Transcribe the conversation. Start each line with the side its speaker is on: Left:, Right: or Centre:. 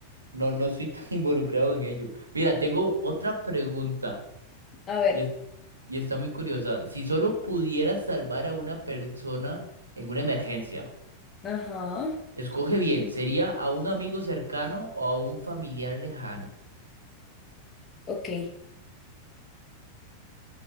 Right: no, no soy tan <laughs> involucrado en ello. Mira, tengo otra pregunta
Left: <laughs> A ver,
Right: y, es- y está muy curiosa. Si solo pudieras salvar a una persona en una emergencia,
Left: ajá.
Right: escoge bien, ¿sería a un amigo cercano o a un familiar lejano?
Left: Ok,